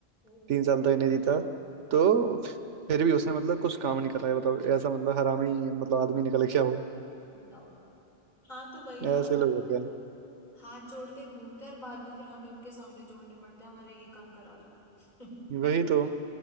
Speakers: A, on the left; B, on the right.
A: ओ
B: तीन साल तक नहीं जीता तो फिर भी उसने मतलब कुछ काम नहीं करा है बताओ ऐसा मतलब हरामी मतलब आदमी निकल क्या वो
A: बताओ हाँ तो वही ना
B: ऐसे लोग होते हैं
A: हाथ जोड़ते घूमते और बाद में फिर हमें उनके सामने जोड़ने पड़ते हैं हमारा ये काम करा दो
B: वही तो